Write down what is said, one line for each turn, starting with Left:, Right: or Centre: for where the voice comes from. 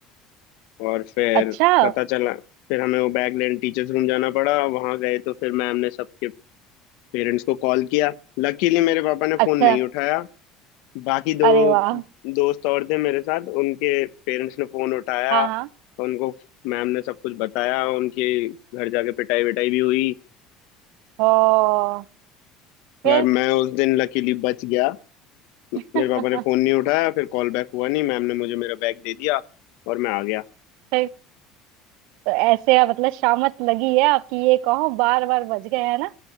Left: और फिर
Right: अच्छा
Left: पता चला फिर हमें वो बैग लेने टीचर्स रूम जाना पड़ा वहां गए तो फिर मैम ने सबके पेरेंट्स को कॉल किया लकीली मेरे पापा ने
Right: अच्छा
Left: फोन नहीं उठाया बाकी दो
Right: अरे वाह
Left: दोस्त और थे मेरे साथ उनके पेरेंट्स ने फोन उठाया
Right: हाँ हाँ
Left: उनको मैम ने सब कुछ बताया उनके घर जाके पिटाई विटाई भी हुई
Right: ओ फिर
Left: पर मैं उस दिन लकीली बच गया मेरे
Right: <laughs>
Left: पापा ने फोन नहीं उठाया फिर कॉल बैक हुआ नहीं मैम ने मुझे मेरा बैग दे दिया और मैं आ गया
Right: फिर तो ऐसे आप- मतलब शामत लगी है आपकी ये कहो बार बार बज गए है ना